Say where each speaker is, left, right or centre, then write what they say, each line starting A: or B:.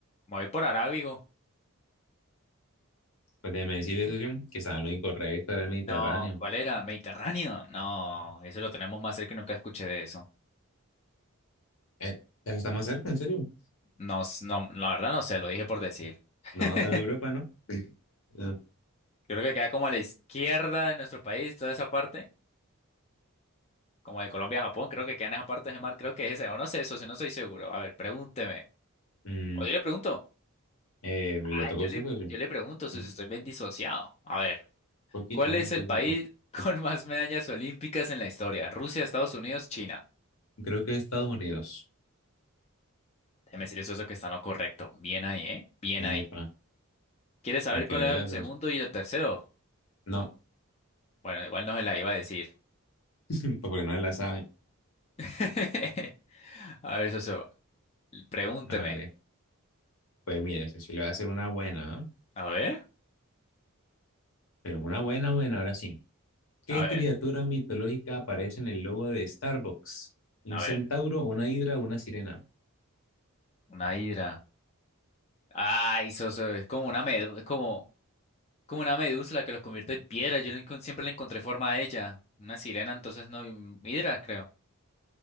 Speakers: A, on the left; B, on the left.
A: Me voy por Arábigo.
B: Pues déjeme decirle, socio, que estaba en lo incorrecto, era el Mediterráneo.
A: No, ¿cuál era? Mediterráneo. No, eso lo tenemos más cerca y nunca escuché de eso.
B: Eh, eso está más cerca, en serio.
A: No, s- no, la verdad no sé, lo dije por decir. <laughs>
B: No, está en Europa, ¿no? <laughs> No.
A: Creo que queda como a la izquierda de nuestro país, toda esa parte. como de Colombia a Japón, creo que quedan esas partes de mar, creo que es ese, o no sé eso, si no soy seguro. A ver, pregúnteme.
B: Mm.
A: O yo le pregunto.
B: Eh, le
A: Ah,
B: tocó
A: yo
B: a
A: le,
B: usted, socio?
A: yo le pregunto si
B: Un
A: estoy bien disociado. A ver,
B: poquito,
A: ¿cuál
B: ¿no?
A: es
B: un poquito.
A: el país <laughs> con más medallas olímpicas en la historia? Rusia, Estados Unidos, China.
B: Creo que Estados Unidos.
A: Déjeme decir eso, eso que está en lo correcto. Bien ahí, ¿eh? Bien ahí.
B: Epa,
A: ¿Quieres saber
B: para que
A: cuál
B: veas.
A: es el segundo
B: pues,
A: y el tercero?
B: No,
A: Bueno, igual no se la iba a decir.
B: <laughs> pues porque no la sabe.
A: <laughs> A ver, socio, pregúnteme.
B: Hágale. Pues mire, si le voy a hacer una buena, ¿ah?
A: A ver,
B: Pero una buena, buena, ahora sí. ¿Qué
A: a ver,
B: criatura mitológica aparece en el logo de Starbucks? ¿Un
A: a
B: centauro,
A: ver.
B: una hidra, o una sirena?
A: Una hidra. Ay, socio, es como una medusa, es como... como una medusa la que los convierte en piedra. Yo le encon- siempre le encontré forma a ella. Una sirena, entonces no. mm, Hidra, creo.